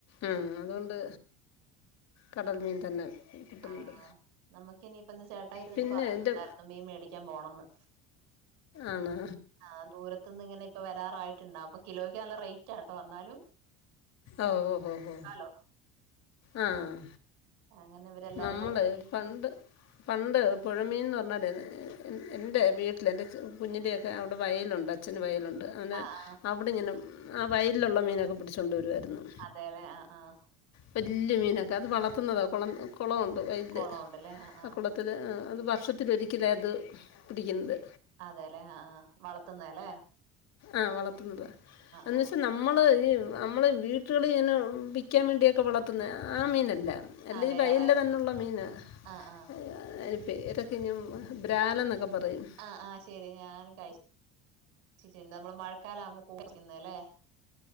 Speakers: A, on the left; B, on the right.
A: ആഹ് അതുകൊണ്ട് കടൽ മീൻ തന്നെ.. കിട്ടുന്നുണ്ട്
B: ആഹ് നമ്മുക്കിനിയിപ്പ ഇന്ന് ചേട്ടായി ഇരുന്നിട്ട്
A: പിന്നെ
B: പറയുന്നുണ്ടായിരുന്നു
A: എൻ്റെ
B: മീൻ മേടിക്കാൻ പോണന്ന്..
A: ആണ..
B: ആഹ് ദൂരത്ത് നിന്ന് ഇങ്ങനെ ഇപ്പ വരാറായിട്ടുണ്ടാവും അപ്പൊ കിലോയ്ക്ക് നല്ല റേറ്റാട്ടോ വന്നാലും..
A: ഓ ഓ ഓ ഓ..
B: ഹലോ
A: ആഹ്
B: അങ്ങനെ ഇവരെല്ലാരും
A: നമ്മള്
B: കൂടെ സെറ്റ്
A: പണ്ട്.. പണ്ട് പുഴമീൻന്ന് പറഞ്ഞാല്.. എൻ്റെ വീട്ടിൽ എൻ്റെ കുഞ്ഞിലെക്കെ അവിടെ വയലുണ്ട് അച്ഛന് വയലുണ്ട്.. അങ്ങനെ
B: ആഹ് ആഹ്
A: അവിടെ ഇങ്ങനെ ആ വയലിലുള്ള മീനൊക്കെ പിടിച്ചൊണ്ട് വരുവായിരുന്നു..
B: അതെല്ലേ ആഹ് ആഹ്..
A: വല്യ മീനൊക്കെ അത് വളർത്തുന്നതാ കുളം കുളം ഉണ്ട് വയലില്
B: കൊളം ഉണ്ടല്ലേ ആഹ്
A: ആ
B: ആഹ്
A: കുളത്തി.. ത്തില് അത് വർഷത്തിൽ ഒരിക്കല അത് പിടിക്കുന്നത്..
B: അതെല്ലെ ആഹ് വളർത്തുന്ന ല്ലേ..
A: ആഹ് വളർത്തുന്നതാ എന്ന്
B: ആഹ്
A: വെച്ച് നമ്മ.. നമ്മള് ഈ നമ്മള് വീട്ടുകളിൽ ഇങ്ങനെ വിക്കാൻ വേണ്ടിയൊക്കെ വളർത്തുന്ന ആ മീനല്ല.. അല്ലേ
B: ആഹ് വേറെ
A: ഈ വയലിൽ തന്നെയുള്ള മീനാ..
B: ആഹ് ആഹ്
A: അതിന്റെ പേര് <unintelligible> ബ്രാല് ന്നൊക്കെ പറയും..
B: ആഹ് ആഹ് ശരി ഞാനും കഴി കഴിച്ചിട്ടിണ്ട് നമ്മള് മഴക്കാലം ആവുമ്പോ <unintelligible>